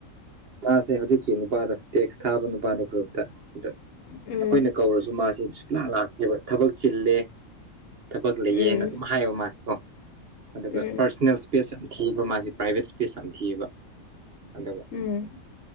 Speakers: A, on the right (about 50°); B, on the left (about 70°).
A: ꯃꯥꯁꯦ ꯍꯧꯖꯤꯛ ꯀꯤ ꯅꯨꯄꯥꯗꯨ ꯇꯦꯛꯁ ꯊꯥꯕ ꯅꯨꯄꯥꯗꯨ ꯒ꯭ꯔꯨꯞꯇ ꯑꯗ
B: ꯎꯝ
A: ꯑꯈꯣꯏꯅ ꯀꯧꯔꯁꯨ ꯃꯥꯁꯤ ꯁꯨꯡꯂꯥꯛ ꯂꯥꯛ ꯌꯦꯕ ꯊꯕꯛ ꯆꯤꯜꯂꯦ ꯊꯕꯛ ꯂꯩꯌꯦꯅ
B: ꯎꯝ
A: ꯑꯗꯨꯝ ꯍꯥꯏꯌꯦ ꯃꯥꯜꯂꯤꯀꯣ ꯑꯗꯨꯒ
B: ꯎꯝ
A: ꯄꯥꯔꯁꯅꯦꯜ ꯏꯁꯄꯦꯁ ꯌꯥꯝ ꯊꯤꯕ ꯃꯥꯁꯤ ꯄ꯭ꯔꯥꯏꯚꯦꯠ ꯏꯁꯄꯦꯁ ꯌꯥꯝ ꯊꯤꯌꯦꯕ ꯑꯗꯨꯒ
B: ꯎꯝ